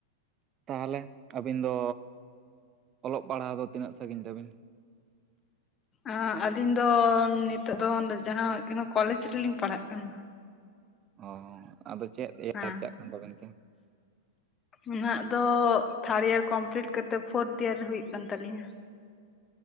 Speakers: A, on the right; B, on the left.
A: ᱛᱟᱦᱚᱞᱮ ᱟᱹᱵᱤᱱ ᱫᱚ ᱚᱞᱚᱜ ᱯᱟᱲᱦᱟᱣ ᱫᱚ ᱛᱤᱱᱟᱹᱜ ᱥᱟᱸᱜᱤᱧ ᱛᱟᱹᱵᱤᱱ?
B: ᱟᱸ ᱟᱹᱞᱤᱧ ᱫᱚ ᱱᱤᱛᱚᱜ ᱫᱚ ᱡᱟᱦᱟᱸ ᱦᱩᱭᱩᱜ ᱠᱟᱱᱟ ᱠᱚᱞᱮᱡᱽ ᱨᱮᱞᱤᱧ ᱯᱟᱲᱦᱟᱜ ᱠᱟᱱᱟ ᱾
A: ᱚ ᱟᱫᱚ ᱪᱮᱫ ᱭᱟᱹᱨ
B: ᱦᱮᱸ
A: ᱪᱟᱞᱟᱜ ᱠᱟᱱ ᱛᱟᱵᱮᱱ ᱛᱮ?
B: ᱩᱱᱟᱹᱜ ᱫᱚ ᱛᱷᱟᱰ ᱭᱟᱹᱨ ᱠᱚᱢᱯᱞᱤᱴ ᱠᱟᱛᱮ ᱯᱷᱳᱨᱛ ᱭᱟᱹᱨ ᱦᱩᱭᱩᱜ ᱠᱟᱱ ᱛᱟᱹᱞᱤᱧᱟ ᱾